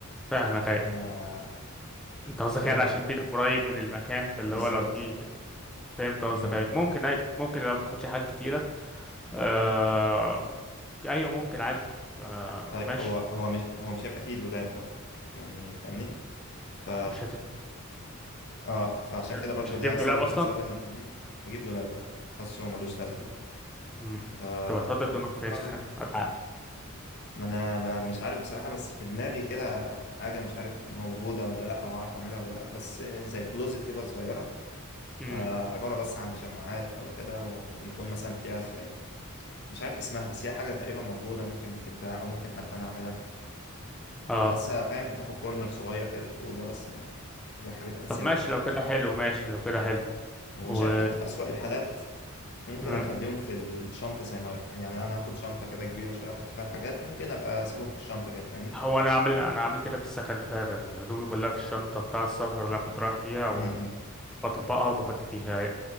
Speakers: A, in the centre; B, on the left.
A: فاهمك أيوة
B: آه
A: أنت قصدك
B: فايه
A: يعني
B: رايك
A: عشان بيتك قريب من المكان فاللي
B: بالظبط
A: هو لو في فهمت قصدك
B: م-
A: أيوة
B: م.
A: ممكن أي ممكن لو ما بتاخدش حاجات كتيرة آه... أيوة ممكن عادي آه...
B: طيب
A: ماشي
B: هو هو مش هو مش هيبقى فيه دولاب برضو يعني فاهمني ف
A: مش هت...
B: اه فعشان
A: مش, ه...
B: كده برضو
A: مش هتجيب
B: ده
A: دولاب
B: سبب
A: أصلا
B: من الاسباب اللي مخليني اجيب دولاب لا حاسه هو ملوش لازمه
A: م- م.
B: فبفكر
A: طب هتحط هدومك فين؟ <laughs> هتع-
B: ما انا مش عارف بصراحه بس في دماغي كده حاجه مش عارف موجوده ولا لا او عارف اعملها ولا لا بس زي كلوزت كده صغيره
A: م.
B: آه عباره بس عن شماعات او كده ويكون مثلا فيها زي مش عارف اسمها بس هي حاجة تقريبا موجودة ممكن بتتباع أو ممكن حتى أنا أعملها
A: اه
B: فحاسسها فاهم تاخد كورنر صغير كده في الأوضة بس ما دي حاجات أساسية
A: طب ماشي
B: بس
A: لو كده حلو ماشي لو كده حلو
B: وشايف
A: و
B: حتى في أسوأ الحالات ممكن
A: م.
B: أخليهم في الشنطة زي ما يعني أنا هاخد شنطة كده كبيرة شوية أحط فيها الحاجات ممكن أبقى أسيبهم في الشنطة كده فاهمني؟
A: هو انا عامل انا عامل كده في السكن فعلا هدومي كلها في الشنطه بتاع السفر اللي انا كنت رايح فيها
B: امم
A: بطبقها وبحط فيها هاي